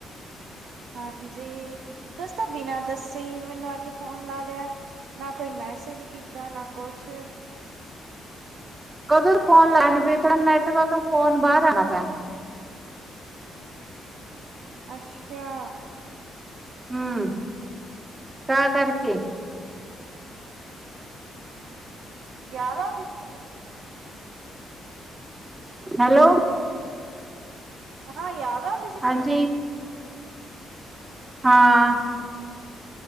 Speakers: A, on the right (about 65°); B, on the right (about 25°).
A: ਹਾਂਜੀ ਤੁਸ ਤਾਂ ਬਿਨਾਂ ਦੱਸੇ ਈ ਮੈਨੂੰ ਅੱਜ ਫੋਨ ਲਾ ਲਿਆ ਨਾ ਕੋਈ ਮੈਸੇਜ ਕੀਤਾ ਨਾ ਕੁਛ
B: ਕਦੋਂ ਫੋਨ ਲੈਣ ਪਈ ਥੋਡਾ ਨੈੱਟ ਵਰਕ ਤੌ ਫੋਨ ਬਾਹਰ ਆਉਦਾ ਪਿਆ
A: ਅੱਛਾ
B: ਹੂੰ, ਤਾਂ ਕਰਕੇ
A: ਯਾਦ ਆਉਂਦੀ ਸੀ ਤੁਹਾਨੂੰ ਮੇਰੀ
B: ਹੈਲੋ
A: ਮ ਕਿਹਾ ਯਾਦ ਆਉਂਦੀ ਸੀ ਤੁਹਾਨੂੰ
B: ਹਾਂਜੀ
A: ਮੇਰੀ
B: ਹਾਂ